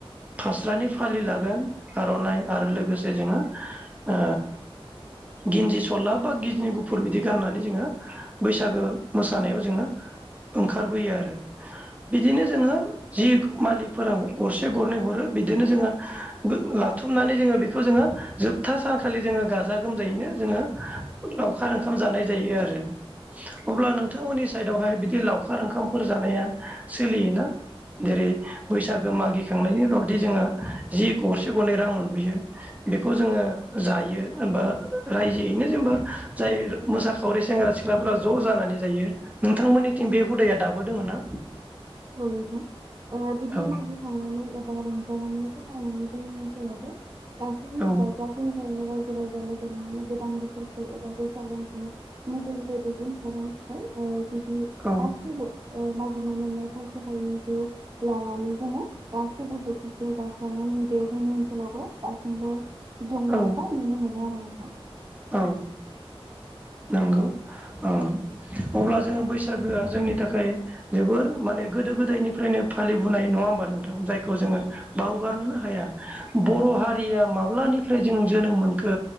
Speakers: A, on the right; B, on the right.
A: फास्रानि फालि लागोन आर'नाइ आरो लोगोसे जोङो ओ गिन्जि सला बा गिन्जि गुफुर बिदि गाननानै जोङो बैसागो मोसानायाव जोङो ओंखारबोयो आरो। बिदिनो जोंङो जि मालिकफोरा गरसे गरनै हरो बिदिनो जोंङो गो लाथुमनानै जोंङो बेखौ जोंङो जोबथा सानखालि जोंङो गाजा गोमजायैनो जोंङो लावखार ओं खाम जानाय जायो आरो अब्ला नोंथांमोननि साइदावहाय बिदि लाव खार ओंखामफोर जानाया सोलियोना जेरै बैसागो मागिखांनायनि उनावदि जोंङो जि गरसे गरनै रां मोनबोयो बेखौ जोंङो जायो होमबा रायजोयैनो जेनबा जाय मोसाखावरि सेंग्रा सिख्लाफोरा ज' जानानै जायो नोंथांमोननिथिं बे हुदाया दाबो दोंङो ना?
B: औ नोथां बिदि
A: औ
B: मागि खांनानै ओ बा रंजानानै फैसा मो‌नो जोंनि ओनसोलावबो गासै
A: औ
B: गाजा गोमजायै राय जो राजा लोगो लोगो गोदान बोसोरखौ एबा बैसागो दानखौ मबाइल बायदिजों दामना ओ बिदि
A: औ
B: गासैबो ओ मागिनानै मोननाय थाइसे थाइनैखौ लानानै जोंङो गासैबो बोथिसे जास्रांनाय हुदाया जोंनि ओनसोलाव बो दासिमबो दंङ'
A: औ
B: एबा नुनो मोनो आरो नोंथां।
A: औ नोंगौ ओ अब्ला जोङो बैसागोआ जोंनि थाखाय जोबोर माने गोदो गोदायनिफ्रायनो फालिबोनाय नंङा होमबा नों थां जायखौ जोंङो
B: औ
A: बावगारनोनो हाया बर' हारिया मा ब्लानिफ्राय जों जोनोम मोनखो